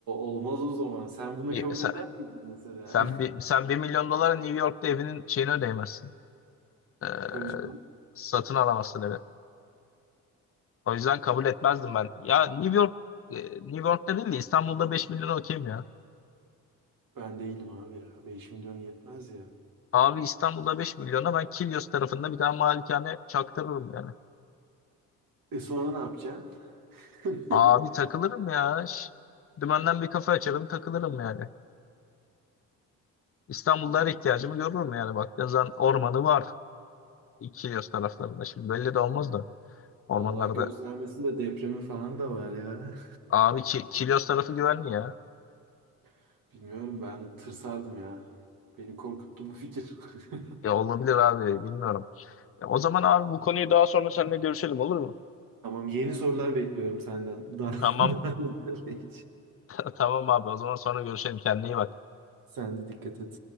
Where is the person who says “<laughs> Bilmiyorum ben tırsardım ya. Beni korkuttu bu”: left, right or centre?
Right